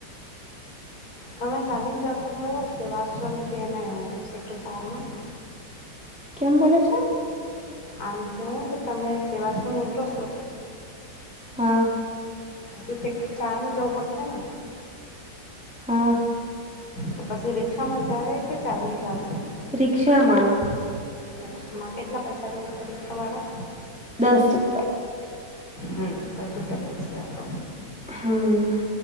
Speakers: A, on the left (about 50°); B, in the centre.
A: તમે ચાલીને જતા હોય સેવાશ્રમથીને એને સેકટર ચારમાં.
B: કેમ બોલે છે.
A: આમ કેવો કે તમે સેવાશ્રમ ઉતરો છો.
B: હા.
A: સુ સેક્ટર ચારમે જવું પડશે ને
B: હા
A: તો પછી રિક્ષામાં જાયે કે ચાલીને જાશુ
B: રિક્ષામાં.
A: રિક્શામાં કેટલા પૈસા લેશે રિક્ષાવારો
B: દસ રૂપિયા
A: હમ્મ દસ રૂપિયા લેશે તો
B: હમ્મ